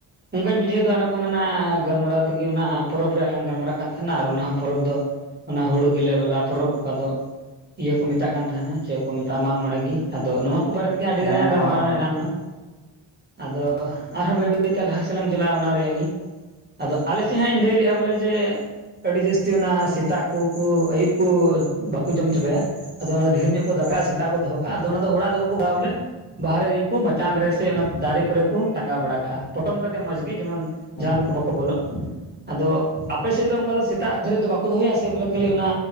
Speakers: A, on the right; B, on the left.
A: ᱚᱱᱠᱟᱹᱧ ᱵᱩᱡᱷᱟᱹᱣᱫᱟ ᱚᱱᱟ ᱠᱚ ᱢᱮᱱᱟ ᱜᱟᱞᱢᱟᱨᱟᱣ ᱛᱮᱜᱮ ᱚᱱᱟ ᱯᱚᱨᱚᱵᱽ ᱨᱮᱭᱟᱜ ᱞᱟᱝ ᱜᱟᱞᱢᱟᱨᱟᱜ ᱠᱟᱱ ᱛᱟᱦᱮᱸᱱᱟ ᱟᱨ ᱚᱱᱟ ᱦᱚᱸ ᱯᱚᱨᱚᱵᱽ ᱫᱚ ᱚᱱᱟ ᱦᱩᱲᱩ ᱜᱮᱞᱮ ᱵᱟᱞᱟ ᱯᱚᱨᱚᱵᱽ ᱚᱠᱟ ᱫᱚ ᱤᱭᱟᱹ ᱠᱚ ᱢᱮᱛᱟᱜ ᱠᱟᱱ ᱛᱟᱦᱮᱸᱱᱟ ᱪᱮᱫ ᱠᱚ ᱢᱮᱛᱟᱜᱼᱟ ᱢᱟᱜ ᱢᱚᱬᱮ ᱜᱤ, ᱟᱫᱚ ᱱᱚᱣᱟ ᱠᱚ ᱵᱟᱨᱮ ᱛᱮᱜᱮ ᱟᱹᱰᱤᱜᱟᱱ
B: ᱦᱮᱸ
A: ᱞᱟᱝ ᱜᱟᱞᱢᱟᱨᱟᱣᱱᱟ
B: ᱢᱟᱜ ᱢᱚᱬᱮ
A: ᱮᱱᱟᱱ ᱢᱟ ᱟᱫᱚ ᱟᱨᱦᱚᱸ ᱵᱟᱹᱭ ᱵᱟᱹᱭᱛᱮ ᱞᱟᱦᱟ ᱥᱮᱞᱟᱝ ᱪᱟᱞᱟᱜᱼᱟ ᱚᱱᱟ ᱨᱮᱭᱟᱜ ᱜᱮ ᱟᱫᱚ ᱟᱞᱮ ᱥᱮᱫ ᱦᱟᱸᱜ ᱤᱧ ᱞᱟᱹᱭ ᱞᱮᱜᱼᱟ ᱵᱚᱞᱮ ᱡᱮ ᱟᱹᱰᱤ ᱡᱟᱹᱥᱛᱤ ᱚᱱᱟ ᱥᱮᱛᱟᱜ ᱠᱚᱠᱚ ᱟᱹᱭᱩᱵ ᱠᱚ ᱵᱟ ᱠᱚ ᱡᱚᱢ ᱪᱟᱵᱟᱭᱟ, ᱟᱫᱚ ᱚᱱᱟ ᱫᱚ ᱰᱷᱮᱨ ᱧᱚᱜ ᱠᱚ ᱫᱟᱠᱟᱭᱟ ᱥᱮᱛᱟᱜ ᱠᱚ ᱫᱚᱦᱚ ᱠᱟᱜᱼᱟ ᱟᱫᱚ ᱚᱱᱟ ᱫᱚ ᱚᱲᱟᱜ ᱫᱚ ᱵᱟᱠᱚ ᱵᱟᱭᱟ ᱵᱚᱞᱮ ᱵᱟᱦᱚᱨᱮ ᱨᱮᱜᱮᱠᱚ ᱢᱟᱪᱟᱱ ᱨᱮ ᱥᱮ ᱚᱱᱟ ᱫᱟᱨᱮ ᱠᱚᱨᱮ ᱠᱚ ᱴᱟᱸᱜᱟᱣ ᱵᱟᱲᱟ ᱠᱟᱜᱼᱟ ᱯᱚᱴᱚᱢ ᱠᱟᱛᱮᱫ ᱢᱚᱡᱽ ᱜᱮ ᱡᱮᱢᱚᱱ
B: ᱦᱮᱸ
A: ᱡᱟᱦᱟᱱ ᱠᱚ ᱵᱟᱠᱚ ᱵᱚᱞᱚᱜ, ᱟᱫᱚ ᱟᱯᱮ ᱥᱮᱫ ᱫᱚ ᱚᱱᱠᱟ ᱫᱚ ᱥᱮᱛᱟᱜ ᱫᱷᱟᱹᱨᱤᱡ ᱫᱚ ᱵᱟᱠᱚ ᱫᱚᱦᱚᱭᱟ ᱥᱮ ᱵᱚᱞᱮ ᱠᱷᱟᱹᱞᱤ ᱚᱱᱟ